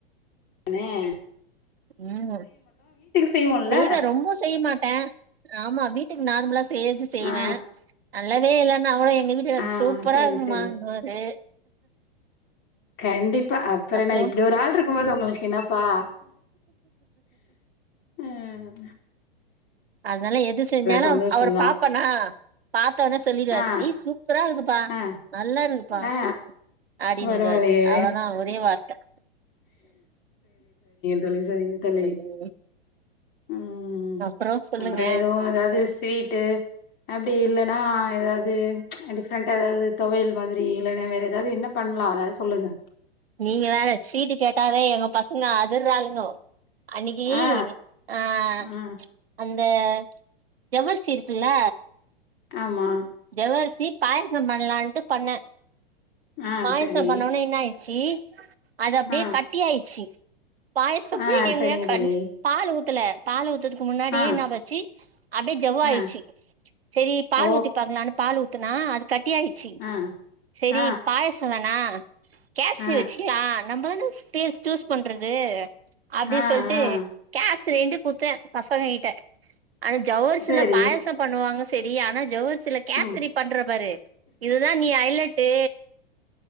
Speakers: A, on the left; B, on the right.
A: அனே
B: உம்
A: செய்வோல்ல
B: செய்வே ரொம்போ செய்யி மாட்டே ஆம்மா வீட்டுக்கு நார்முல்லா செய்யிரது செய்வே
A: ஆ
B: அ நல்லதே இல்லன் அவுனே ஏ எங்க வீட்டுக்காரு
A: ஆ
B: சூப்பரா
A: சரி
B: இருக்குமா
A: சரி
B: இங்குவாரு
A: கண்டிப்பா அப்புறேன்னா
B: அப்றோ
A: இப்டி ஒரு ஆள் இருக் க்கும்போது உங்களுக் என்னப் பா உஹ்ம்
B: அதுனாலா எது செஞ்சாலு
A: சந்தோஷந்தா.
B: அவ் அவுர பாப்பன்னா பா த்தோன்ன சொல்லீர் வாரு
A: ஆ,
B: ஏய் சூப்புரா இருக்குதுப் ப்பா
A: ஆ,
B: நல்லா இருக்குதுப்பா
A: ஆ
B: அடி
A: பரவால்லயே!
B: நின்ட்வாரு அவ்ளோதா ஒரே வார்த்த
A: தொழி சேரிங்க தோழி
B: ம்
A: உம்
B: அப்றோ சொல்லுங்க
A: அப்புறோ எதோ ஏதாவது ஸ்வீட்டு அப் அப்டி இல்லன்னா ஏதாவுது அடிப் பண்ட ஏதாவது தொவயிக்ஷல் மாதிரி இல்லன்னா வேற ஏதாவது என்ன பண்ணலா எதாது சொல்லுங்க
B: நீங்க வேற ஸ்வீட்டு கேட்டாவே எங்க பசங்க அதிர்றாளுங்கோ அன்னைகி
A: ஆ,
B: ஆஹ்
A: ஆ,
B: அந் இந்த ஜவ்வரிசி இருக்குல்ல
A: ஆமா
B: ஜவ்வரிசி பாயாசோ பண்ணலான்ட்டு பண்ணே
A: ஆ,
B: பாயசோ
A: சரி.
B: பன்னவுடனே என்னா ஆய் சீ அது அப்டியே
A: ஆ,
B: கட்டி ஆய்ரிச்சி பாயஸப்பி
A: ஆ
B: எங்கய
A: சரிங்க
B: கன்ட்
A: தோழி.
B: பால் ஊத் த்துல பால் ஊத்துத் க்கு முன்னாடியே
A: ஆ,
B: நா வச்சு அப்டியே ஜவ்வாயிடுச்சு
A: ஆ.
B: செரி
A: ஓ!
B: பால் ஊத்திப் பால் ஊத்துனா அது கட் ட்டியாச்சி
A: ஆ,
B: செரி
A: ஆ,
B: பாயசோதான கேஸ்சு
A: ஆ,
B: வச்சு ஆ நம்மதான ஸ்பேஸ் சூஸ் பண்றது அப்டி
A: ஆ,
B: சொல்லிட்டு
A: ஆ.
B: கே சேரிண்ட் குத்த பசங்க கிட்ட ஆனா ஜவ்வரிசுல
A: சரி.
B: பாயசோ பண்ணுவாங்க செரி ஆனா ஜவ்வர் சில கேத்ரி
A: ம்.
B: பண்ற பாரு இதுதா நீ ஐலட்டு